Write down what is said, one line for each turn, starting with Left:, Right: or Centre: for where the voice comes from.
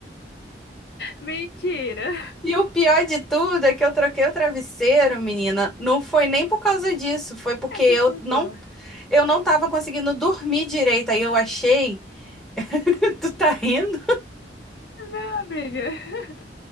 Left: Mentira!
Centre: E o pior de tudo é que eu troquei o travesseiro, menina. Não foi nem por causa disso, foi porque
Left: Essa
Centre: eu
Left: foi boa.
Centre: não eu não tava conseguindo dormir direito. Aí eu achei, <laughs> tu tá rindo?
Left: Não, amiga. <laughs>